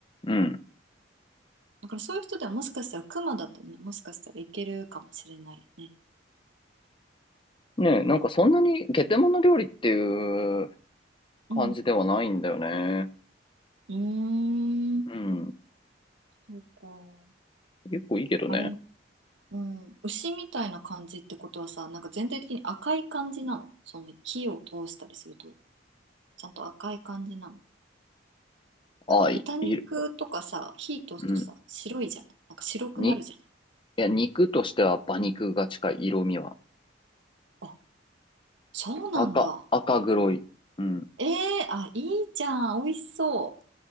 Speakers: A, on the left (about 25°); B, on the right (about 70°).
A: うん。
B: だからそういう人ではもしかしたらクマだとね、もしかしたらいけるかもしれないね。
A: ねえ、なんかそんなにゲテモノ料理っていう
B: うん。
A: 感じではないんだよね。
B: うーん。
A: うん。
B: そうか。
A: 結構いいけどね。
B: あれ、うん。牛みたいな感じってことはさ、なんか全体的に赤い感じなの。その火を通したりすると、ちゃんと赤い感じなの。
A: あ、
B: なんか豚肉とかさ、
A: い、いる。
B: 火通すとさ、
A: うん。
B: 白いじゃない。なんか白くなるじゃない。
A: に、いや、肉としては馬肉が近い色味は。
B: あそうなんだ。
A: 赤、赤黒い。うん。
B: ええあ、いいじゃん。美味しそう。